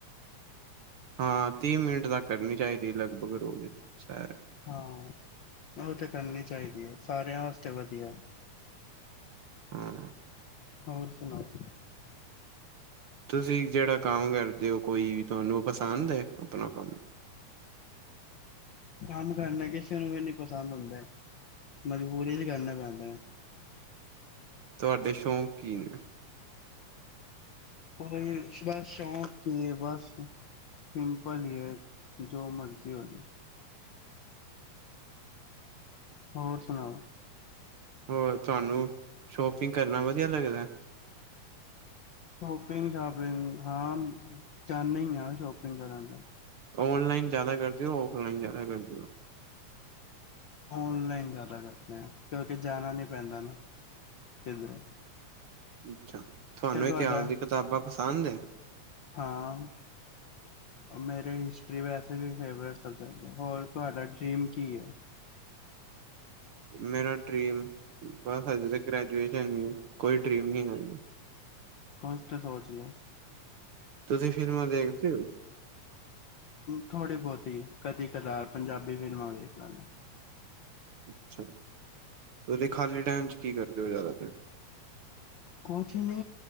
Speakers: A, on the right (about 60°); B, on the left (about 80°).
A: ਹਾਂ, ਤੀਹ ਮਿੰਟ ਤੱਕ ਕਰਨੀ ਚਾਹੀਦੀ ਲਗਭਗ ਰੋਜ਼ ਸੈਰ।
B: ਹਾਂ, ਓ ਤੇ ਕਰਨੀ ਚਾਹੀਦੀ ਐ ਸਾਰਿਆਂ ਵਾਸਤੇ ਵਧੀਆ।
A: <inaudible>
B: ਹੋਰ ਸੁਣਾਓ?
A: ਤੁਸੀਂ ਜਿਹੜਾ ਕੰਮ ਕਰਦੇ ਓ ਕੋਈ ਵੀ ਤੁਹਾਨੂੰ ਪਸੰਦ ਐ ਆਪਣਾ ਕੰਮ।
B: ਕੰਮ ਕਰਨਾ ਕਿਸੇ ਨੂੰ ਵੀ ਨੀ ਪਸੰਦ ਹੁੰਦੇ ਮਜਬੂਰੀ ਚ ਕਰਨੇ ਪੈਂਦੇ ਨੇ।
A: ਤੁਹਾਡੇ ਸ਼ੌਂਕ ਕੀ ਨੇ?
B: ਕੋਈ ਬਸ ਸ਼ੌਕ ਈ ਐ ਬਸ। ਸਿੰਪਲ ਈ ਐ ਜੋ ਮਰਜ਼ੀ ਹੋਜੇ। ਹੋਰ ਸੁਣਾਓ?
A: ਹੋਰ ਤੁਹਾਨੂੰ ਸ਼ੋਪਿੰਗ ਕਰਨਾ ਵਧੀਆ ਲੱਗਦਾ।
B: ਸ਼ੋਪਿੰਗ ਸ਼ਾਪਿੰਗ ਹਾਂ ਜਾਣੇ ਈ ਆ ਸ਼ੋਪਿੰਗ ਕਰਨ ਤੇ।
A: ਔਨਲਾਈਨ ਜ਼ਿਆਦਾ ਕਰਦੇ ਓ ਔਫਲਾਈਨ ਜ਼ਿਆਦਾ ਕਰਦੇ ਓ।
B: ਔਨਲਾਈਨ ਜ਼ਿਆਦਾ ਕਰਦੇ ਆ ਕਿਉਂਕਿ ਜਾਣਾ ਨੀ ਪੈਂਦਾ ਨਾ ਕਿਧਰੇ।
A: ਅੱਛਾ, ਤੁਹਾਨੂੰ
B: ਤੇ ਤੁਹਾਡਾ
A: ਇਤਿਹਾਸ ਦੀ ਕਿਤਾਬਾਂ ਪਸੰਦ ਏ?
B: ਹਾਂ, ਮੇਰੇ ਹਿਸਟਰੀ ਵੈਸੇ ਵੀ ਫੇਵਰਟ ਸਬਜੈਕਟ ਹੋਰ ਤੁਹਾਡਾ ਡਰੀਮ ਕੀ ਐ?
A: ਮੇਰਾ ਡਰੀਮ ਬਸ ਹਜੇ ਤੇ ਗ੍ਰੈਜੂਏਸ਼ਨ ਏ ਕੋਈ ਡਰੀਮ ਨੀ ਐ।
B: ਕੁਝ ਤੇ ਸੋਚਲੋ।
A: ਤੁਸੀਂ ਫਿਲਮਾਂ ਦੇਖਦੇ ਓ?
B: ਥੋੜੀ ਬਹੁਤੀ ਕਦੀ ਕਦਾਰ, ਪੰਜਾਬੀ ਫਿਲਮਾਂ ਵੇਖ ਲਾਂਗੇ।
A: ਅੱਛਾ, ਤੁਸੀਂ ਖਾਲੀ ਟਾਈਮ 'ਚ ਕੀ ਕਰਦੇ ਓ ਜ਼ਿਆਦਾਤਰ।
B: ਕੁਛ ਨੀ